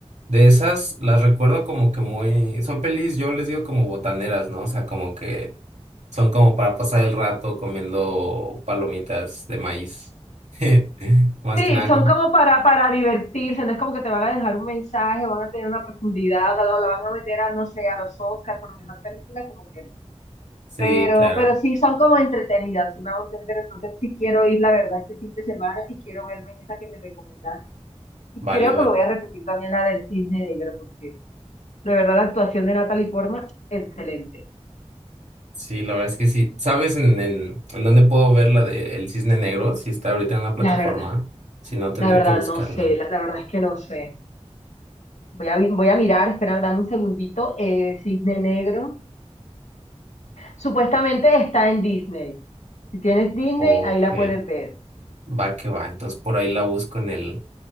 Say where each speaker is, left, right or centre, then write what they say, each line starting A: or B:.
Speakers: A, on the right; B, on the left.
A: De esas las recuerdo como que muy... Son pelis, yo les digo como botaneras, ¿no? O sea, como que son como para pasar el rato comiendo palomitas de maíz. <laughs> Más
B: Sí,
A: que nada.
B: son como para, para divertirse, no es como que te van a dejar un mensaje, van a tener una profundidad, o la, o la van a meter a, no sé, a los Oscars por mejor película, como que
A: Sí,
B: Pero,
A: claro.
B: pero sí son como entretenidas, sí me hago entender. Entonces sí quiero ir, la verdad, este fin de semana y quiero verme esa que me recomendaste. Y
A: Vale,
B: creo
A: vale.
B: que me voy a repetir también la del Cisne Negro, porque de verdad la actuación de Natalie Portman, excelente.
A: Sí, la verdad es que sí. ¿Sabes en, en, en dónde puedo ver la de El Cisne Negro? Si está ahorita en una plataforma.
B: La verdad,
A: Si no, tendré
B: la verdad,
A: que buscarla.
B: no sé, la, la verdad es que no sé. Voy a, vi- voy a mirar, espera, dame un segundito. eh, Cisne Negro. Supuestamente está en Disney. Si tienes Disney,
A: Ok.
B: ahí la puedes ver.
A: Va que va. Entonces por ahí la busco en el,